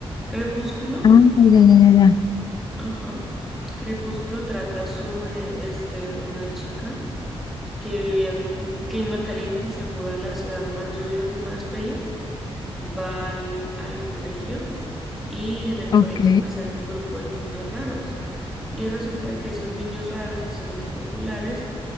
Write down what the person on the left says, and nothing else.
ah, ya, ya, ya, ya.
Ok.